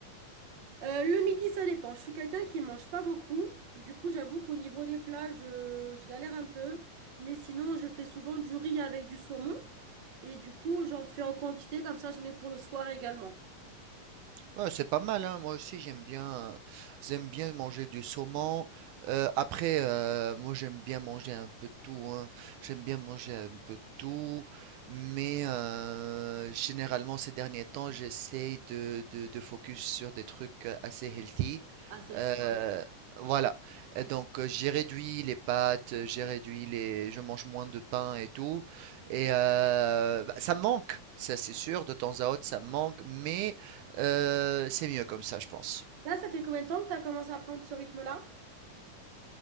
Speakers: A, on the right; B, on the right.
A: Euh, le midi, ça dépend. Je suis quelqu'un qui mange pas beaucoup. Du coup, j'avoue qu'au niveau des plats, je, je galère un peu. Mais sinon, je fais souvent du riz avec du saumon. Et du coup, j'en fais en quantité. Comme ça, j'en ai pour le soir également.
B: Ouais, c'est pas mal, hein. Moi aussi j'aime bien, euh, j'aime bien manger du saumon. Euh, après, euh, moi j'aime bien manger un peu de tout, hein. J'aime bien manger un peu de tout, mais euh, généralement ces derniers temps j'essaye de, de, de focus sur des trucs euh, assez healthy.
A: Ah, c'est le
B: Euh,
A: soir, ouais.
B: voilà. Et donc euh, j'ai réduit les pâtes, euh, j'ai réduit les, je mange moins de pain et tout. Et euh, bah, ça me manque, ça c'est sûr, de temps à autre ça me manque, mais euh, c'est mieux comme ça, je pense.
A: Là, ça fait combien de temps que tu as commencé à prendre ce rythme-là?